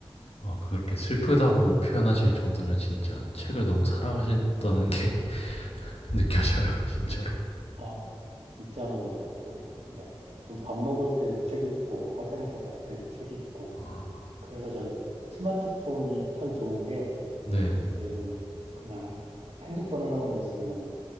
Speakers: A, on the left; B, on the right.
A: 아, 그렇게 슬프다고 표현하실 정도면 진짜 책을 너무 사랑하셨다는 게 <laughs> 느껴져요, 진짜로.
B: 아, 진짜 많이 읽었죠. 네. 좀 밥 먹을 때도 책 읽고, 화장실 갈 때도 책 읽고.
A: 아,
B: 그래서 전 스마트폰이 참 좋은 게,
A: 네.
B: 이제는 그냥 핸드폰 하나만 있으면